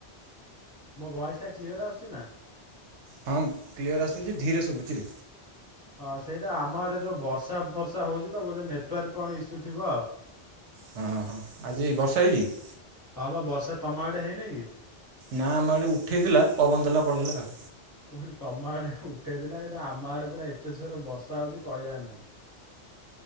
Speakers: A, on the left; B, on the right.
A: ମୋ ଭଏସ୍ ଟା କ୍ଲିଅର ଆସୁଛି ନା?
B: ହଁ କ୍ଲିଅର୍ ଆସୁଛି ଧୀରେ ଶୁଭୁଛି।
A: ହଁ ସେଇଟା ଆମ ଆଡ଼େ ଯେଉଁ ବର୍ଷା ଫର୍ଷା ହଉଛି ତ ବୋଧେ ନେଟୱାର୍କ କଣ ଇସ୍ୟୁ ଥିବ ଆଉ।
B: ହଁ ହଁ ଆଜି ବର୍ଷା ହେଇଛି କି?
A: ହଁ ପା ବର୍ଷା ତମ ଆଡ଼େ ହେଇନି କି?
B: ନା ଆମ ଆଡେ ଉଠେଇଥିଲା ପବନ ଦେଲା ପଳେଇଲା ଆଉ।
A: ପୁଣି ତମ ଆଡେ ଉଠେଇଥିଲା କିନ୍ତୁ ଆମ ଆଡେ ପୁରା ଏତେ ଜୋରେ ବର୍ଷା ହଉଛି କହିବାର ନାହିଁ।